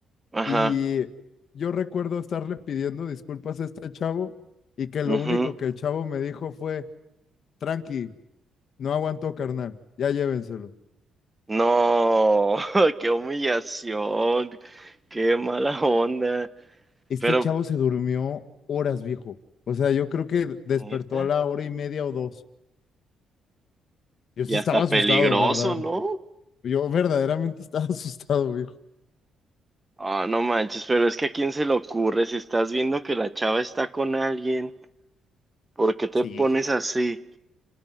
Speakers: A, on the right; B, on the left.
A: Ajá.
B: y yo recuerdo estarle pidiendo disculpas a este chavo y que lo
A: Ujú.
B: único que el chavo me dijo fue, tranqui, No aguantó, carnal. Ya llévenselo.
A: No. <laughs> Qué humillación. Qué mala onda.
B: Este
A: Pero,
B: chavo se durmió horas, viejo. O sea, yo creo que despertó
A: neta.
B: a la hora y media o dos. Yo
A: Y
B: sí
A: hasta
B: estaba asustado,
A: peligroso,
B: ¿verdad?
A: ¿no?
B: Yo verdaderamente estaba <laughs> asustado, viejo.
A: Ah, no manches, pero es que a quién se le ocurre si estás viendo que la chava está con alguien, ¿por qué te
B: Sí.
A: pones así?